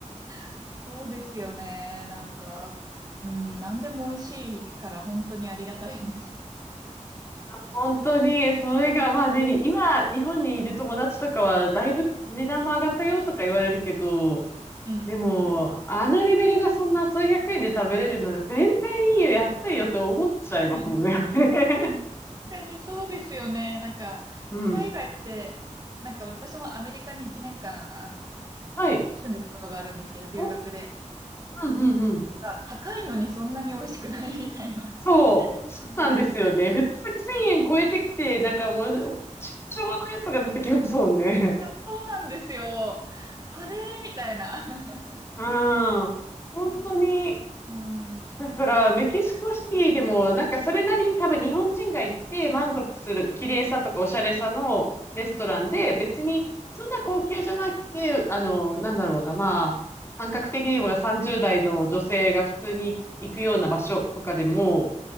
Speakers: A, on the right; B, on the left.
A: <laughs> そうですよね。なんか、うん、なんでも美味しいから本当にありがたいです。
B: 本当に、それが、まあね、に今、日本にいる友達とかは、だいぶ値段も上がったよとか言われるけど、
A: うんうん。
B: でも、
A: はい。
B: あのレベルがそんな数百円で食べれるなら、全然
A: あ
B: いいよ、安いよって思っちゃいますもんね。
A: ー
B: <laughs>
A: 確かにそうですよね。なんか、
B: うん。
A: 海外って、なんか私もアメリカに1年間、あの、
B: はい。
A: 住んでたことがあるんですけど、留学で。
B: お、うんうんうん。
A: あ高いのにそんなに美味しくない <laughs> みたいな。
B: そう、そうなんですよね。
A: <laughs>
B: 普通に1000円超えてきて、なんかもう、しょ昭和のやつが出てきますもんね。
A: いや、そうなんですよ。あれみたいな
B: うん。
A: <laughs>
B: 本当に、
A: 感じ。うん。
B: だから、メキシコシティでも、なんかそれなりに多分日本人が行って満足する綺麗さとかおしゃれさのレストランで、
A: うん。
B: 別にそんな高級じゃなくて、あの、なんだろうな、まあ、感覚的には30代の女性が普通に行くような場所とかでも、